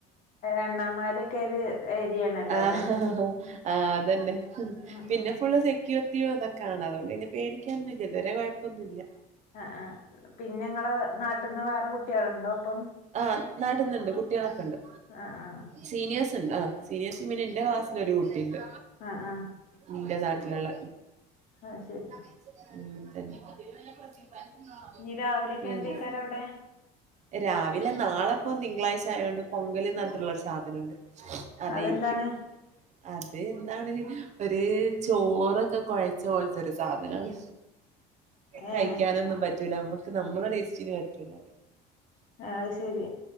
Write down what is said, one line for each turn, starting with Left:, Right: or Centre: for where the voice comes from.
Left: അണ്ണാമാരൊക്കെ ഒരു ഏരിയയാണല്ലോ
Right: ആഹ്
Left: അവിടെ
Right: ആഹ് അതന്നെ
Left: <unintelligible>
Right: പിന്നെ ഫള് സെക്യൂരിറ്റിയോ അതൊക്കെയാണ് അതുകൊണ്ട് തന്നെ പേടിക്കാൻ ഒന്നും ഇതുവരെ കുഴപ്പൊന്നുമല്ല
Left: ആഹ് ആഹ് പിന്നെ ങ്ങളെ നാട്ടിൽന്ന് വേറെ കുട്ടികളുണ്ടോ അപ്പം
Right: ആഹ് നാട്ടന്നുണ്ട് കുട്ടികളൊക്കെണ്ട്
Left: ആ ആ
Right: സീനിയേഴ്സ് ഉണ്ട് ആഹ് സീനിയേഴ്സ് ഉം എന്റെ ക്ലാസ്സിൽ ഒരു കുട്ടിയുണ്ട്
Left: ആ ആ
Right: നിന്റെ നാട്ടിലുള്ള
Left: ആഹ് ശരി
Right: <unintelligible>
Left: ഇനി രാവിലെയൊക്കെ
Right: പിന്നെ
Left: എന്തയ്ക്കാരം അവിടെ
Right: രാവിലെ നാളെപ്പം തിങ്കളാഴ്ച ആയൊണ്ട് പൊങ്കല്ന്ന്ഞ്ഞിട്ടുള്ളൊ ഒരു സാധനം ഉണ്ട് അതെയ്രിക്കും
Left: അതെന്താണ്
Right: അത് എന്താണ് ഒരു ചോറൊക്കെ കുഴച്ച പോലത്തെരു സാധനമാണ് കഴിക്കാനൊന്നും
Left: ഏഹ്
Right: പറ്റൂല നമ്മുക്ക് നമ്മളെ ടേസ്റ്റിന് പറ്റൂല
Left: ആഹ് അത് ശരി